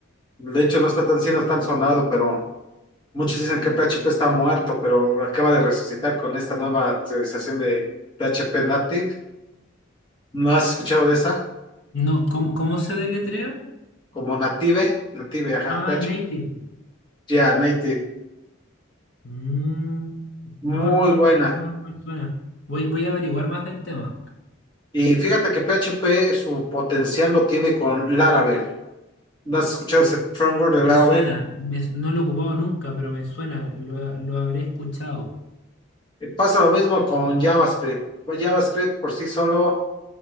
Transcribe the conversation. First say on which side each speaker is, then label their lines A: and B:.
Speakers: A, on the left; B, on the left.
A: De hecho, no está tan cielo, tan sonado, pero muchos dicen que PHP está muerto, pero acaba de resucitar con esta nueva actualización de PHP Native. ¿No has escuchado de esa?
B: No, ¿cómo, cómo se deletrea?
A: Como Native, Native, ajá,
B: Ah,
A: PHP,
B: native.
A: ya, Native.
B: Mm, no,
A: Muy
B: no, no,
A: buena.
B: no no me suena. Voy, voy a averiguar más del tema.
A: Y fíjate que PHP su potencial lo tiene con Laravel. ¿No has escuchado ese framework
B: Me
A: de Laravel?
B: suena, me- no lo he ocupado nunca, pero me suena, lo, lo habré escuchado.
A: Eh, Pasa lo mismo con JavaScript. Pues JavaScript por sí solo